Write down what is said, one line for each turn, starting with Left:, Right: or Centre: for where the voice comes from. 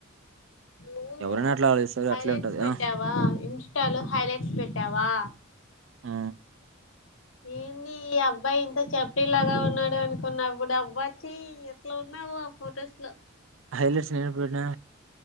Left: నువ్వు
Right: ఎవరైనా అట్లా ఆలోచిస్తారు
Left: హైలైట్స్
Right: అట్లే ఉంటది.
Left: పెట్టావా
Right: ఆ!
Left: ఇన్స్టాలో హైలైట్స్ పెట్టావా
Right: ఆ!
Left: ఏంది ఈ అబ్బాయి ఇంత చబ్బి లాగా ఉన్నాడు అనుకున్నప్పుడు అబ్బా వచ్చి ఎట్లా ఉన్నావో ఆ ఫొటోస్ లో
Right: హైలైట్స్ నేను ఎప్పుడు పెట్టినా